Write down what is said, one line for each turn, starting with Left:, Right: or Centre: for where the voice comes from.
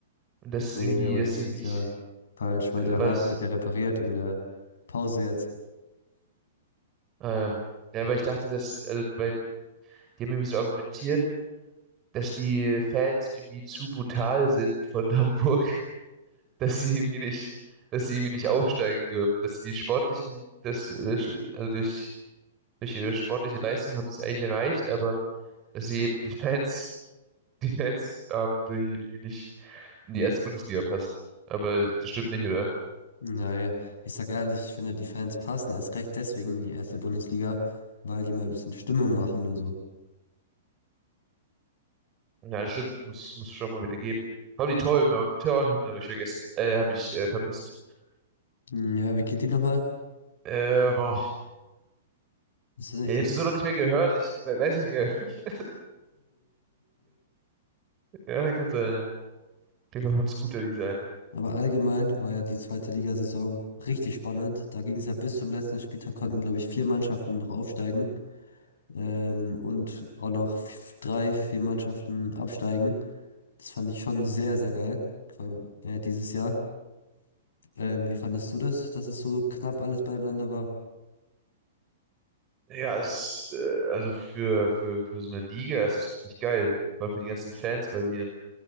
Right: Und das
Left: Nee,
Right: irgendwie,
Left: aber
Right: dass
Left: das
Right: sie
Left: ist
Right: nicht,
Left: ja
Right: äh,
Left: falsch, weil der
Right: weil
Left: Rasen
Right: das,
Left: wird ja repariert in der Pause jetzt.
Right: äh, ja, Ja, weil ich dachte, dass, also, weil die haben irgendwie so argumentiert, dass die Fans irgendwie zu brutal sind von <laughs> Hamburg, dass sie irgendwie nicht, dass sie irgendwie nicht aufsteigen dürfen, dass die sportlichen, das, äh, sch- also durch durch ihre sportliche Leistung haben sie es eigentlich erreicht, aber dass sie eben die Fans, <laughs> die Fans haben, die irgendwie nicht in die erste Bundesliga passen. Aber das stimmt nicht, oder?
Left: Naja, ich sag ehrlich, ich finde, die Fans passen erst recht deswegen in die erste Bundesliga, weil die mal ein bisschen Stimmung machen und so.
Right: Ja, das stimmt, das muss, muss schon mal wieder geben. Haben die Torhymne, Torhymne habe ich vergessen, äh, habe ich äh, vermisst.
Left: Hm, Ja, wie geht die nochmal?
Right: Äh, boah,
Left: Ist das nicht
Right: Ja, ich
Left: die?
Right: habe sie so noch nicht mehr gehört, ich we- weiß nicht mehr. <laughs> Ja, kann sein, ja. Auf jeden Fall von Scooter, diese eine.
Left: Aber allgemein war ja die zweite Ligasaison richtig spannend. Da ging es ja bis zum letzten Spieltag, konnten, glaube ich, vier Mannschaften noch aufsteigen ähm, und auch noch f- drei, vier Mannschaften absteigen. Das fand ich schon sehr, sehr geil, vor allem äh, dieses Jahr. Ähm, wie fandest du das, dass es so knapp alles beieinander war?
Right: Ja, es, äh, also für, für, für so eine Liga ist es richtig geil. Vor allem für die ganzen Fans, weil die dann